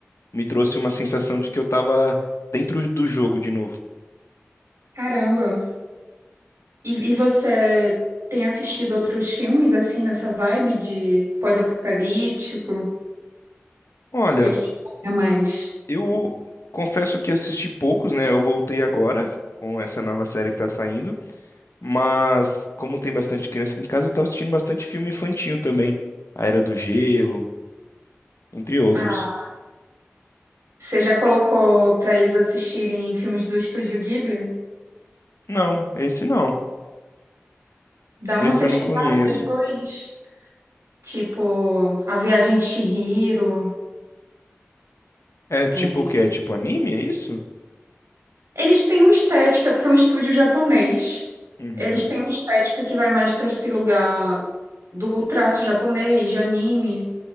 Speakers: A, on the left; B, on the right.
A: Me trouxe uma sensação de que eu tava dentro do jogo de novo.
B: Caramba. E, e você tem assistido outros filmes assim nessa vibe de pós-apocalíptico? O
A: Olha,
B: que é que te pega mais?
A: eu confesso que assisti poucos, né? Eu voltei agora com essa nova série que tá saindo, mas como tem bastante criança aqui em casa, eu tava assistindo bastante filme infantil também. A Era do Gelo, entre outros.
B: Ah, você já colocou pra eles assistirem filmes do Estúdio Ghibli?
A: Não, esse não.
B: Dá
A: Esse
B: uma pesquisada
A: eu não conheço.
B: depois. Tipo, A Viagem de Chihiro.
A: É tipo
B: é.
A: o quê? É tipo anime, é isso?
B: Eles têm uma estética, porque é um estúdio japonês.
A: Uhum,
B: Eles têm uma estética que vai mais para esse lugar do traço japonês, de anime.